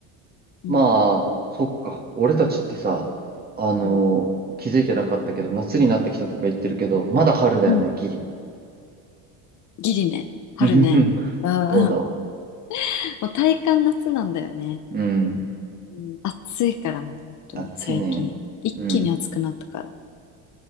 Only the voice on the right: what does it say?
まあ、そっか。俺たちってさ、あのー気づいてなかったけど、
夏になってきたとか言ってるけど、まだ春だよね、
ギリ。
<laughs>
そうだわ。
うん。
暑いね。
うん。